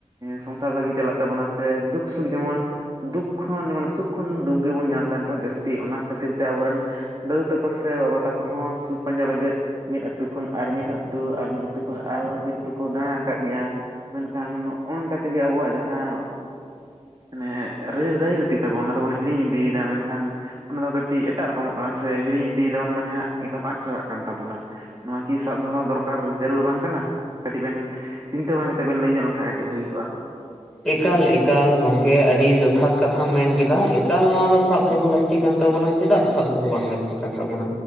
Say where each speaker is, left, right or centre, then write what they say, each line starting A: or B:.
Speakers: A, on the right; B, in the centre.
A: ᱥᱚᱝᱥᱟᱨ ᱵᱷᱟᱜᱤ ᱪᱟᱞᱟᱜ ᱛᱟᱵᱚᱱᱟ, ᱥᱮ ᱫᱩᱠᱷ ᱥᱩᱠᱷ ᱡᱮᱢᱚᱱ ᱫᱩᱠᱷ ᱠᱷᱚᱱ ᱡᱮᱢᱚᱱ ᱥᱩᱠᱷ ᱠᱷᱚᱱ ᱫᱩᱠᱷ ᱜᱮᱵᱚᱱ ᱧᱟᱢ ᱮᱫᱟ ᱱᱤᱛᱚᱜ ᱡᱟᱹᱥ ᱛᱤ। ᱚᱱᱟ ᱠᱷᱟᱹᱛᱤᱨ ᱛᱮ ᱟᱵᱚᱨᱮᱱ ᱫᱟᱫᱩ ᱛᱟᱠᱚ ᱥᱮ ᱵᱟᱵᱟ ᱛᱟᱠᱚ ᱦᱚᱸ ᱥᱩᱠᱷ ᱯᱟᱸᱡᱟ ᱞᱟᱹᱜᱤᱫ, ᱢᱤᱫ ᱟᱹᱛᱩ ᱠᱷᱚᱱ ᱟᱨ ᱢᱤᱫ ᱟᱹᱛᱩ ᱟᱨ ᱢᱤᱫ ᱟᱹᱛᱩ ᱠᱷᱚᱱ ᱟᱨ ᱢᱤᱫ ᱟᱹᱛᱩ ᱠᱚ ᱫᱟᱬᱟ ᱟᱠᱟᱫ ᱜᱮᱭᱟ ᱾ ᱢᱮᱱᱠᱷᱟᱱ, ᱱᱚᱜ ᱱᱚᱝᱠᱟ ᱛᱮᱜᱮ ᱟᱵᱚᱣᱟᱜ ᱡᱟᱦᱟᱸ ᱢᱟᱱᱮ ᱨᱟᱹᱭ ᱨᱟᱭ ᱨᱤᱛᱤ ᱛᱟᱵᱚᱱ ᱚᱱᱟ ᱫᱚᱵᱚᱱ ᱦᱤᱲᱤᱧ ᱤᱫᱤᱭᱮᱫᱟ। ᱢᱮᱱᱠᱷᱟᱱ, ᱚᱱᱟ ᱫᱚ ᱠᱟᱹᱴᱤᱡ ᱮᱴᱟᱜ ᱨᱚᱠᱚᱢᱚᱜ ᱠᱟᱱᱟ ᱥᱮ, ᱦᱤᱲᱤᱧ ᱤᱫᱤᱭᱮᱫᱟ ᱵᱚᱱ। ᱢᱟᱱᱮ ᱮᱠᱫᱚᱢ ᱟᱫ ᱪᱟᱵᱟᱜ ᱠᱟᱱ ᱛᱟᱵᱚᱱᱟ। ᱱᱚᱣᱟ ᱠᱤ ᱥᱟᱵ ᱫᱚᱦᱚ ᱫᱚᱨᱠᱟᱨ ᱡᱟᱹᱨᱩᱲ ᱵᱟᱝ ᱠᱟᱱᱟ? ᱠᱟᱹᱴᱤᱡ ᱵᱮᱱ ᱪᱤᱱᱛᱟᱹ ᱵᱟᱲᱟ ᱠᱟᱛᱮ ᱵᱮᱱ ᱞᱟᱹᱭ ᱧᱚᱜ ᱞᱮᱱᱠᱷᱟᱡ ᱠᱟᱹᱴᱤᱡ ᱵᱷᱟᱹᱜᱤ ᱠᱚᱜᱼᱟ ᱾
B: ᱮᱠᱟᱞ ᱮᱠᱟᱞ ᱜᱚᱝᱠᱮ ᱟᱹᱰᱤ ᱡᱚᱛᱷᱟᱛ ᱠᱟᱛᱷᱟᱢ ᱢᱮᱱ ᱠᱮᱫᱟ। ᱮᱠᱟᱞ ᱱᱚᱣᱟ ᱫᱚ ᱥᱟᱵ ᱫᱚᱦᱚ ᱞᱟᱹᱠ ᱛᱤ ᱠᱟᱱ ᱛᱟᱵᱚᱱᱟ, ᱪᱮᱫᱟᱜ ᱥᱟᱵ ᱫᱚᱦᱚ ᱵᱟᱝ ᱞᱟᱹᱠᱛᱤ ᱠᱟᱱ ᱛᱟᱵᱚᱱᱚ?